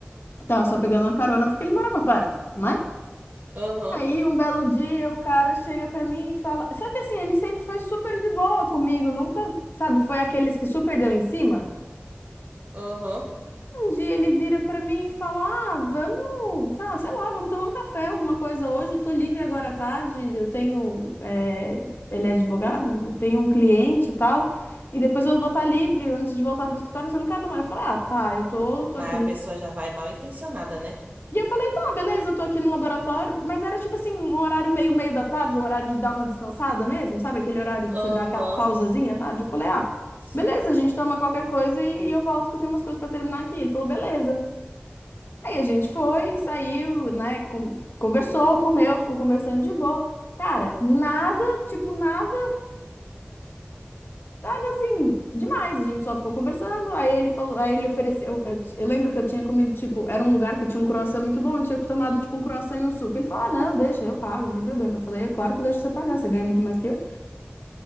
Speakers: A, on the left; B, on the right.
A: Tava só pegando uma carona porque ele morava perto, né?
B: Aham.
A: Aí um belo dia o cara chega pra mim e fala. Só que assim, ele sempre foi super de boa comigo, nunca, sabe, foi aqueles que super deu em cima.
B: Aham.
A: Um dia ele vira pra mim e fala: Ah, vamos, tá, sei lá, vamos tomar um café, alguma coisa hoje. Eu tô livre agora à tarde. Eu tenho. é, Ele é advogado, eu tenho um cliente e tal. E depois eu vou estar livre antes de voltar pro escritório. Você não quer tomar? Eu falei: Ah, tá, eu tô, tô
B: Mas
A: aqui
B: a
A: no.
B: pessoa já vai mal intencionada, né?
A: E eu falei: Tá, beleza, eu tô aqui no laboratório. Mas era tipo assim, um horário meio, meio da tarde, o horário de dar uma descansada mesmo, sabe? Aquele horário de
B: Aham.
A: você dar aquela pausazinha à tarde. Eu falei: Ah.
B: Sim.
A: Beleza, a gente toma qualquer coisa e, e eu volto que eu tenho umas coisas pra terminar aqui. Ele falou, beleza. Aí a gente foi, saiu, né? con- Conversou, comeu, ficou conversando de boa. Cara, nada, tipo, nada, nada assim, demais. A gente só ficou conversando. Aí ele falou, aí ele ofereceu. Eu, eu lembro que eu tinha comido, tipo, era um lugar que tinha um croissant muito bom. Eu tinha tomado, tipo, um croissant e um suco. Ele falou: Ah, não, deixa, eu pago, não tem problema. Eu falei: "É Claro que eu deixo você pagar, você ganha muito mais que eu.